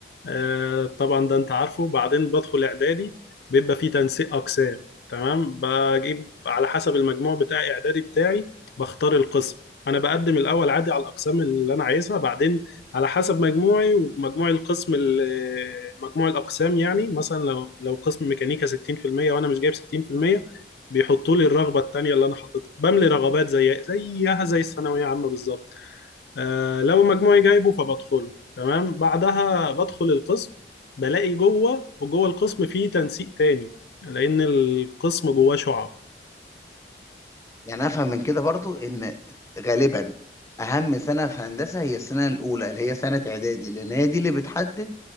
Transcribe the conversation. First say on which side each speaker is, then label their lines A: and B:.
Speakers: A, on the left (about 65°); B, on the left (about 15°).
A: آه، طبعا ده انت عارفه بعدين بدخل اعدادي بيبقى فيه تنسيق اقسام تمام بجيب على حسب المجموع بتاع اعدادي بتاعي بختار القسم انا بقدم الاول عادي على الاقسام اللي انا عايزها بعدين على حسب مجموعي ومجموع القسم ال- آه، مجموع الاقسام يعني مثلا لو لو قسم ميكانيكا 60% وانا مش جايب 60% بيحطوا لي الرغبه التانيه اللي انا حاططها بملي رغبات زي زيها زي الثانويه عامه بالظبط آه، لو مجموعي جايبه فبدخله تمام بعدها بدخل القسم بلاقي جوه وجوه القسم فيه تنسيق تاني لأن القسم جواه شعب
B: يعني افهم من كده برضو ان غالبا اهم سنه في هندسه هي السنه الاولى اللي هي سنه اعدادي لان هي دي اللي بتحدد